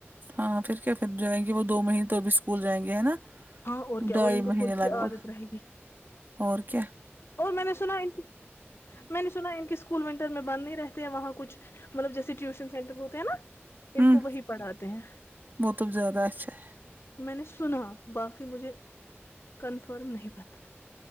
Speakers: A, on the right; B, on the left.
A: ہاں پھر کیا پھر جائیں گے وہ دو مہینے تو اب اسکول جائیں گے ہے نا
B: ہاں اور کیا
A: ڈھائی
B: اور ان کو
A: مہینے
B: تھوڑی سی
A: لگ
B: عادت
A: بھگ
B: رہے گی
A: اور کیا
B: اور میں نے سنا ان میں نے سنا ان کی اسکول ونٹر میں بند نہیں رہتے ہیں وہاں کچھ مطلب جیسے ٹیوشن سینٹر ہو ہیں نا
A: ہوں
B: ان کو وہی پڑھاتے ہیں
A: وہ تو زیادہ اچھا ہے
B: میں نے سنا باقی مجھے کنفرم نہیں پتا